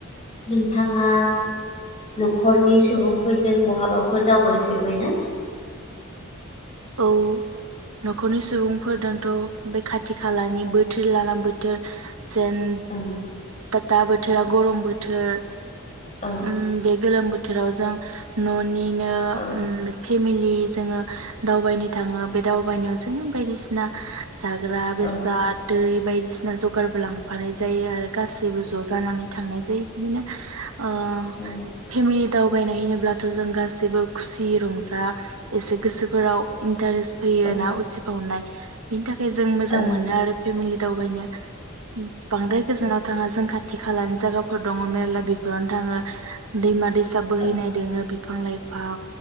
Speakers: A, on the left (about 30°); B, on the right (about 80°).
A: नोंथाङा न'खरनि सुबुंफोरजों बहाबाफोर दावबायफेरबायना?
B: औ न'खरनि सुबुंफोरदोंथ' बे खाथि खालानि बोथोर लाना बोथोर जेन
A: औ
B: तता बोथोरा गरम बोथोर।
A: औ
B: उम बे गोलोम बो थोरावजों न'नि नो
A: औ
B: उम फेमि <unintelligible> जोङो दावबायनो थाङो बे दावबायनायाव जोङो बायदिसिना जाग्रा बेसाद
A: औ
B: दै बायदिसिना जगारबो लांफानाय जायो आरो गासैबो ज' जानानै थांनाय जायो बिदिनो ओं
A: औ
B: फेमि दावबायनाय होनोब्लाथ' जों गासैबो खुसि रंजा एसे गोसोफोराव इन्टारेस्ट फैयो
A: औ
B: ना उसिफावनाय। <unintelligible> जों मोजां
A: औ
B: मोनो आरो फेमिलि दावबाय नो। बांद्राय गोजानाव थाङा जों खाथ थि खालानो जायगाफोर दङ मेरला बे फोरावनो थाङो दैमा दै सा बोहैनाय
A: औ
B: दोङो बिफां लाइफां